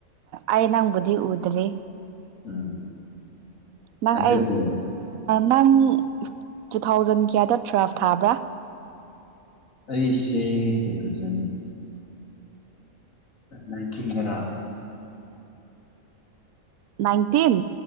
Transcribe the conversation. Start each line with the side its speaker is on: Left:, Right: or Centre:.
Right: ꯑꯩ ꯅꯪꯕꯨꯗꯤ ꯎꯗ꯭ꯔꯤ
Left: ꯎꯝ
Right: ꯅꯪ
Left: ꯑꯗꯨꯕꯨ
Right: ꯑꯩ ꯅꯪ ꯇꯨ ꯊꯥꯎꯖꯟ ꯀꯌꯥꯗ ꯇꯨꯋꯦꯜꯐ ꯊꯥꯕ꯭ꯔꯥ
Left: ꯑꯩꯁꯦ ꯇꯨꯊꯥꯎꯖꯟ ꯥꯅꯥꯏꯟꯇꯤꯟꯗꯔꯥ
Right: ꯅꯥꯟꯇꯤꯟ